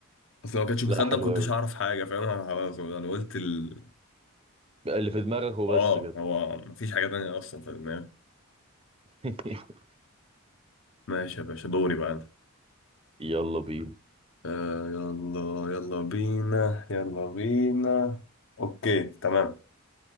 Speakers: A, on the left; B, on the right.
A: أصل لو ما كانتش مخدة
B: لا حلو
A: ما كنتش
B: قوي
A: أعرف حاجة فاهم أنا خلاص أنا قلت ال...
B: اللي في دماغك هو
A: آه
B: بس كده
A: هو مفيش حاجة تانية أصلا في دماغي
B: <laughs>
A: ماشي يا باشا دوري بقى أنا
B: يلا بينا
A: آه يلا يلا بينا يلا بينا اوكي تمام